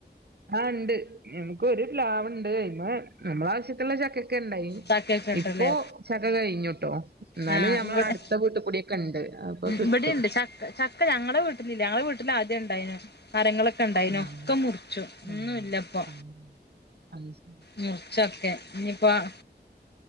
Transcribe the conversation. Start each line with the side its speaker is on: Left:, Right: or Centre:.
Right: ആഹ് ഇണ്ട്. ഞമക്ക് ഒരു പ്ലാവ് ഇണ്ട്. അയ്മെ നമ്മളെ ആവശ്യത്തിനുള്ള ചക്കൊക്കെ ഇണ്ടായി
Left: ചക്കയൊക്കെ ഉണ്ടല്ലേ
Right: ഇപ്പൊ ചക്ക കഴിഞ്ഞു ട്ടൊ. ഇന്നാലും
Left: ആഹ്
Right: ഞമ്മളെ
Left: ഇവിടെ
Right: അടുത്ത വീട്ടുകൂടിയൊക്കെ ഇണ്ട്. അപ്പൊ കിട്ടും.
Left: ഇവിടെയുണ്ട് ചക്ക ചക്ക ഞങ്ങളുടെ വീട്ടിലില്ല. ഞങ്ങളെ വീട്ടിൽ ആദ്യം ഇണ്ടായിനു. മരങ്ങളൊക്കെ ഒക്കെ ഇണ്ടായിനു.
Right: ആഹ്
Left: ഒക്കെ മുറിച്ചു
Right: ആഹ്
Left: ഒന്നും ഇല്ല ഇപ്പൊ.
Right: ആഹ് <unintelligible>
Left: മുറിച്ചൊക്കെ ഇഞ്ഞ്പ്പം.